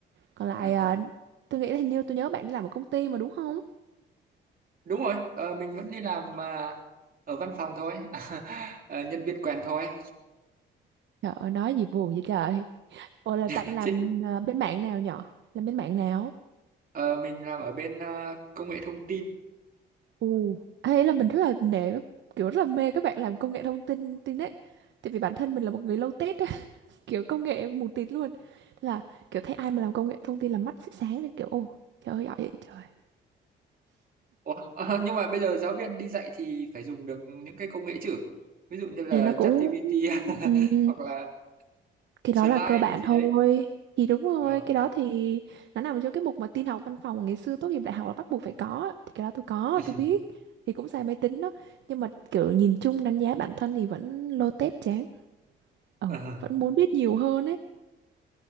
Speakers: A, on the right; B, on the right.
A: còn lại
B: À,
A: à, tôi nghĩ là hình như tôi nhớ bạn đi làm ở công ty mà đúng không
B: đúng rồi. Ờ, mình vẫn đi làm à, ở văn phòng thôi. <laughs> Ờ, nhân viên quèn thôi.
A: trời ơi nói gì buồn vậy trời ủa là
B: <laughs>
A: bạn làm
B: Chứ,
A: à, bên mạng nào nhỏ làm bên mạng nào
B: ờ, mình làm ở bên à, công nghệ thông tin.
A: ù ấy là mình rất là nể kiểu rất là mê các bạn làm công nghệ thông tin tin đấy tại vì bản thân mình là một người low tech kiểu công nghệ mù tịt luôn Thế là kiểu thấy ai mà làm công nghệ thông tin là mắt sẽ sáng lên kiểu ô trời ơi giỏi vậy trời
B: Ủa? Ờ, <laughs> nhưng mà bây giờ giáo viên đi dạy thì phải dùng được những cái công nghệ chứ. Ví dụ như là
A: thì nó cũng
B: ChatGPT <laughs>
A: ừm,
B: hoặc là
A: cái
B: Slide
A: đó là cơ bản
B: gì
A: thôi
B: đấy.
A: thì đúng rồi
B: Ờ.
A: cái đó thì nó nằm trong cái mục mà tin học văn phòng ngày xưa tốt nghiệp đại học là bắt buộc phải có á. thì cái đó tôi có
B: <laughs>
A: tôi biết thì cũng xài máy tính đó nhưng mà kiểu nhìn chung đánh giá bản thân thì vẫn lô tết chán ờ
B: Ờ,
A: vẫn muốn biết nhiều hơn ấy